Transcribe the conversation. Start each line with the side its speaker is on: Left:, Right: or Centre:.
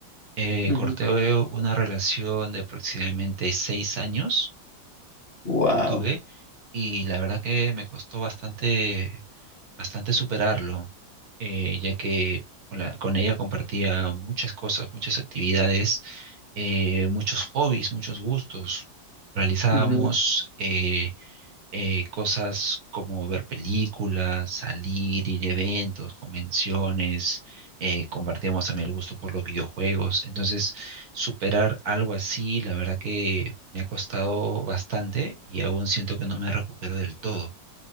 Right: Eh,
Left: Ujú.
Right: corté una relación de aproximadamente seis años
Left: Wow.
Right: que tuve y la verdad que me costó bastante, bastante superarlo, eh, ya que con la- con ella compartía muchas cosas, muchas actividades, eh, muchos hobbies, muchos gustos. Realizábamos
Left: Ujú,
Right: eh, eh, cosas como ver películas, salir, ir a eventos, convenciones, eh, compartíamos también el gusto por los videojuegos. Entonces, superar algo así, la verdad que me ha costado bastante y aún siento que no me recupero del todo.